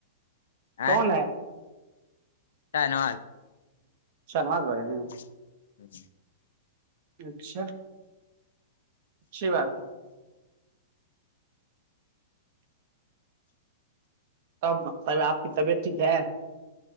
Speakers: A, on the right (about 50°); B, on the left (about 75°).
A: کون
B: آئ
A: ہے
B: کیا نواز <unintelligible>
A: شرماز بھائی ہیں <unintelligible>
B: جی جی <unintelligible>
A: اچھا سی بات ہے تب صحب آپ کی طبیعت ٹھیک ہے